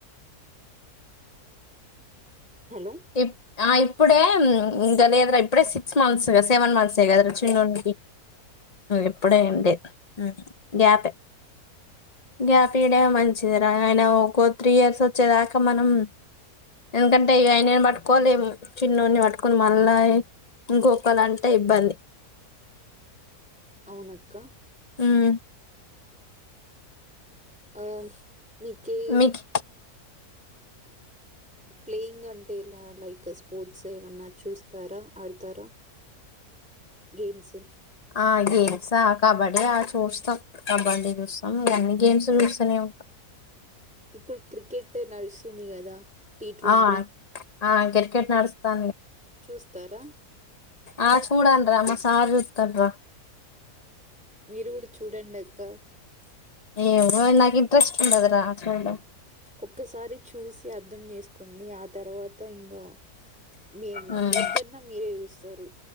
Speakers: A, in the centre; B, on the left.
A: హలో
B: ఇప్ ఆ ఇప్పుడే ఇంకా లేదురా ఇప్పుడే సిక్స్ మంత్స్గా సెవెన్ మంత్స్ ఎ కదా చిన్నోడికి ఇప్పుడే ఏం లే గ్యాపె గ్యాప్ ఇయ్యడమె మంచిది రా ఆయన ఇంకో త్రీ ఇయర్స్ వచ్చే వరకు మనం ఎందుకంటే ఇగ అయినను పట్టుకోని తిరుగు చిన్నోని పట్టుకొని మళ్ళా ఇంకొకలంటే ఇబ్బంది.
A: అవునక్క.
B: ఉమ్
A: అ మీకే
B: మీకు
A: ప్లేయింగ్ అంటేల లైక్ స్పోర్ట్స్ ఏమన్నా చూస్తారా ఆడతారా గేమ్స్.
B: ఆ గేమ్స ఆ కబడ్డీ ఆ చూస్తం కబడ్డీ చూస్తం ఇగ అన్ని గేమ్స్ చూస్తనే ఉంటం
A: ఇప్పుడు క్రికెట్ నడుస్తుంది కదా టీ ట్వంటీ
B: ఆ ఆ కిర్ కేట్ నడస్తా
A: చూస్తారా
B: ఆ చూడన్రా మా సారు చూత్తడ్రా
A: మీరు కూడా చూడండి అక్క
B: ఏమో నాకు ఇంట్రెస్ట్ ఉండదురా చూడ్ను
A: ఒక్కసారి చూసి అర్థం చేసుకోండి ఆ తర్వాత ఇంగా మేము
B: మ్మ్
A: వద్దన్న మీరే చూస్తరు